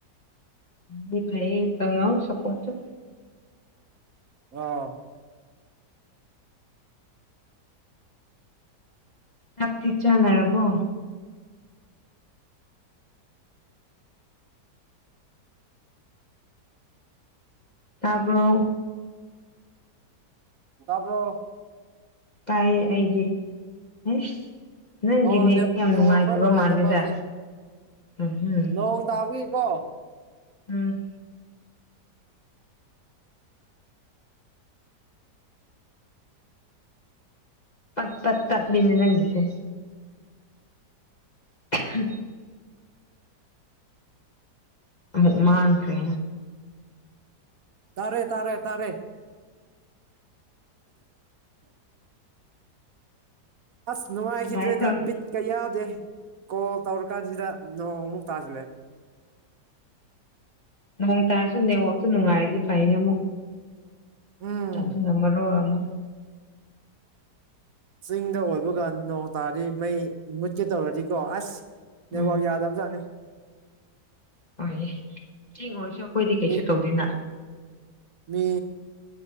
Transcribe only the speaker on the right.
ꯑꯥ
ꯇꯥꯕ꯭ꯔꯣ꯫
ꯑꯣ
ꯅꯦꯠꯋꯥꯛ
ꯈꯔ
ꯍꯧꯖꯤꯛ
ꯅꯣꯡ ꯇꯥꯕꯒꯤꯀꯣ
ꯇꯥꯔꯦ ꯇꯥꯔꯦ ꯇꯥꯔꯦ ꯑꯁ ꯅꯨꯡꯉꯥꯏꯈꯤꯗ꯭ꯔꯦꯗ
ꯕꯤꯠꯀ ꯌꯥꯎꯗꯦ ꯀꯣꯜ ꯇꯧꯔ ꯀꯥꯟꯁꯤꯗ ꯅꯣꯡꯃꯨꯛ ꯇꯥꯁꯤꯜꯂꯦ
ꯎꯝ
ꯆꯤꯡꯗ ꯑꯣꯏꯕꯒꯥ ꯅꯣꯡ ꯇꯥꯗꯤ ꯃꯩ ꯃꯨꯠꯀꯦ ꯇꯧꯔꯗꯤꯀꯣ ꯑꯁ ꯅꯦꯠ
ꯋꯥꯛ ꯌꯥꯗꯕꯖꯥꯠꯅꯤ
ꯃꯤ
ꯃꯤ